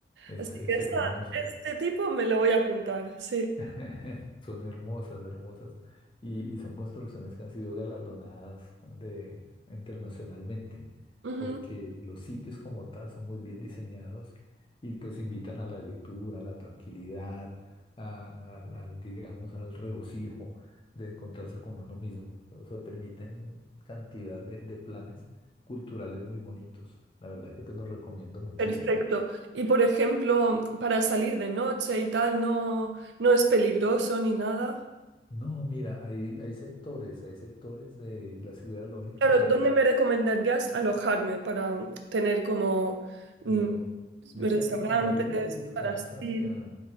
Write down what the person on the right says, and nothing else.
Así
que esta-
este tipo me lo voy a apuntar, sí.
Ujú.
Perfecto. Y por ejemplo, para salir de noche y tal, no, no es peligroso ni nada.
Claro,
¿dónde me recomendarías alojarme para tener como mm,
restaurantes
para salir?